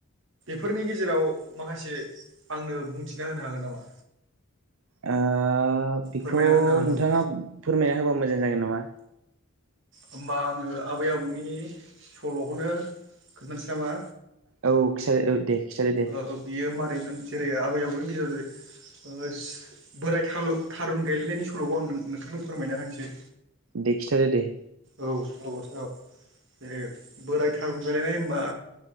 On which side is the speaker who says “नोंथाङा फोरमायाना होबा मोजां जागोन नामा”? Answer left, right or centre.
Right